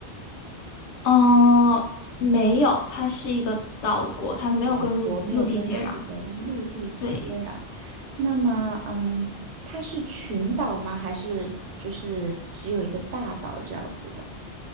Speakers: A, on the left; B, on the right.
A: 嗯，没有，它是一个岛国，它没有跟陆陆地接壤。
B: 岛国没有跟任何的陆地接壤。
A: 对，
B: 那么，嗯，它是群岛吗？还是就是只有一个大岛这样子的？